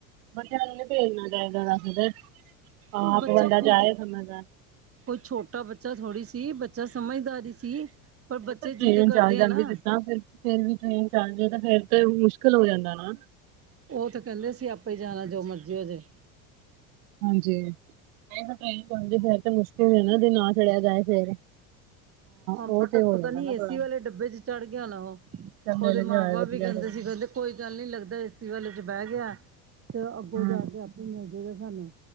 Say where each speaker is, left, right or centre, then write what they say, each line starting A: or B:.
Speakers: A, on the right; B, on the right.
A: ਬੱਚਿਆਂ ਨੂੰ ਨੀ ਭੇਜਣਾ ਚਾਹੀਦਾ ਦੱਸਦੇ ਹਾਂ
B: ਉਹ
A: ਆਪ
B: ਬੱਚਾ
A: ਬੰਦਾ
B: ਖੁਦ
A: ਜਾਏ ਸਮਝਦਾਰ।
B: ਕੋਈ ਛੋਟਾ ਬੱਚਾ ਥੋੜ੍ਹੀ ਸੀ। ਬੱਚਾ ਸਮਝਦਾਰੀ ਸੀ।
A: ਨਹੀਂ
B: ਬੱਚੇ
A: ਪਰ ਟ੍ਰਰੇਨ
B: ਜਿੱਦ ਕਰਦੇ
A: 'ਚ ਆ ਜਾਂਦੀ
B: ਨਾ
A: ਜਿਸ ਤਾਂ ਫ ਫੇਰ ਵੀ ਟ੍ਰੇਨ ਚੱਲ ਜੇ ਤਾਂ ਫੇਰ ਤੇ ਮੁਸ਼ਕਿਲ ਜਾਂਦਾ ਨਾ।
B: ਉਹ ਤਾਂ ਕਹਿੰਦੇ ਸੀ। ਆਪੇ ਹੀ ਜਾਣਾ ਜੋ ਮਰਜ਼ੀ ਹੋਜੇ।
A: ਹਾਂਜੀ <unintelligible> 'ਚ ਫਿਰ ਤੇ ਮੁਸ਼ਕਿਲ ਐ ਨਾ ਜੇ ਨਾ ਚੜਿਆ ਜਾਏ ਫੇਰ
B: ਹਾਂ
A: ਉਹ
B: ਬਟ
A: ਤੇ ਹੋ
B: ਪਤਾ
A: ਜਾਂਦਾ
B: ਨੀ
A: ਨਾ
B: ਏਸੀ
A: ਥੋੜਾ
B: ਵਾਲੇ ਡੱਬੇ 'ਚ ਚੜ੍ਹ ਗਿਆ ਨਾ ਉਹ
A: ਚੱਲ ਮਿਲ
B: ਉਹਦੇ
A: ਗਿਆ
B: ਮਾਂ
A: ਹੋਏ
B: ਬਾਪ
A: ਵਧੀਆ
B: ਵੀ ਕਹਿੰਦੇ
A: ਸਗੋਂ
B: ਸੀ ਕਹਿੰਦੇ ਕੋਈ ਗੱਲ ਨੀ ਲੱਗਦਾ ਏਸੀ ਵਾਲੇ 'ਚ ਬਹਿ ਤੇ ਅੱਗੋਂ
A: ਹਮ
B: ਜਾ ਕੇ ਆਪੇ ਮਿਲ ਜਾਏਗਾ ਸਾਨੂੰ